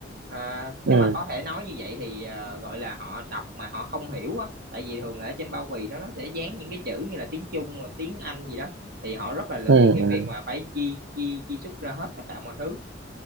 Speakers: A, on the right; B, on the right.
A: À, nếu
B: ừ
A: mà có thể nói như vậy thì à, gọi là họ đọc mà họ không hiểu á tại vì thường là ở trên bao bì nó nó sẽ dán những cái chữ như là tiếng Trung tiếng Anh gì đó thì họ rất là lười
B: ừ
A: cái
B: ừ
A: việc mà phải chi chi chi xuất ra hết tất cả mọi thứ